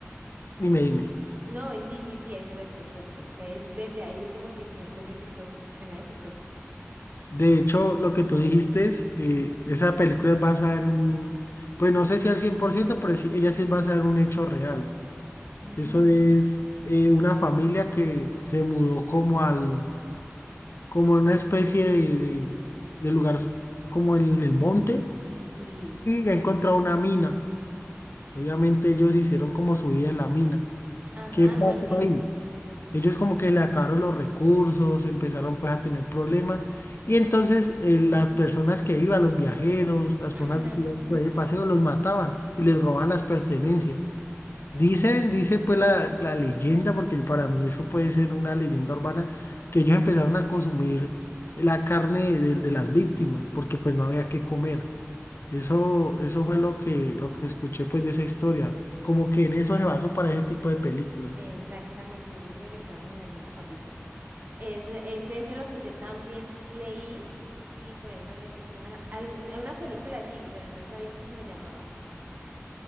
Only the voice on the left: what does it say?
dime, dime.
De hecho, lo que tú dijiste es, eh, esa película es basada en un, pues no sé si al 100% pero sí- ella sí es basada en un hecho real.
Eso es eh, una familia que se mudó como al, como en una especie de, de- de lugar, s- como en el monte,
y ha encontrado una mina. Obviamente ellos hicieron como su vida en la mina.
¿Qué pasó
ahí? Ellos como que le acabaron los recursos, empezaron pues a tener problemas, y entonces eh, las personas que iban, los viajeros, las
personas que iban por ahí de paseo, los mataban y les robaban las pertenencias. Dicen, dice pues la, la leyenda, porque para mí eso puede ser una leyenda urbana, que ellos empezaron a consumir la carne de, de las víctimas, porque pues no había que comer. Eso, eso fue lo que, lo que escuché pues de esa historia. Como que en eso se basó para ese tipo de películas.